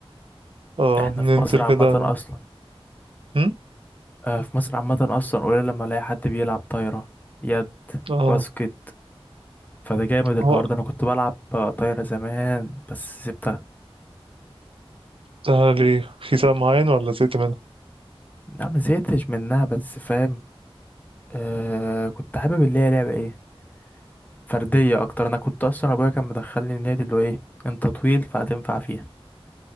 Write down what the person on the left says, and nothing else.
احنا
في مصر عامه
اصلا
آه، في مصر عامة أصلا قليل لما ألاقي حد بيلعب طايرة يد
باسكت فده جامد
الحوار ده أنا كنت بلعب آه، طايرة زمان بس سبتها
لا ما زهقتش منها بس فاهم آه كنت حابب اللي هي لعبة ايه فردية أكتر أنا كنت أصلا أبويا كان مدخلني النادي اللي هو ايه أنت طويل فهتنفع فيها